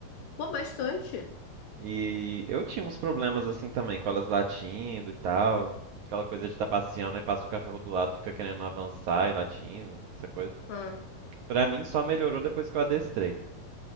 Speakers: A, on the left; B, on the right.
A: Pô, bastante.
B: E eu tinha uns problemas assim também, com elas latindo e tal. Aquela coisa de estar passeando e passa um cachorro do lado, fica querendo avançar e latindo, essa coisa.
A: Ah,
B: Pra mim só melhorou depois que eu adestrei.